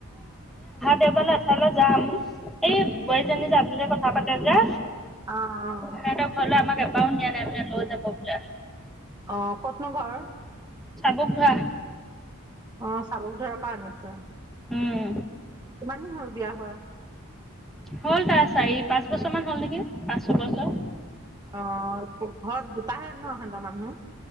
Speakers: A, in the centre; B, on the right.
A: দেওবালে এঠাইলৈ যাম সেই বোৱাৰীজনী যাবলৈ কথা পাতে যে
B: অ অ
A: সিহঁতৰ ঘৰলৈ আমাক লৈ যাব বোলে
B: অ কতনো ঘৰ
A: চাবক ধোৱা
B: অ চাবক ধৰা পা আহিছে
A: উম
B: কিমান দিন হল বিয়া হোৱা
A: হ'ল তাৰ চাৰি পাঁচ বছৰ মান হ'ল নেকি পাঁচ ছয় বছৰ
B: অ ঘৰত দুটা হে ন হেতৰ মানুহ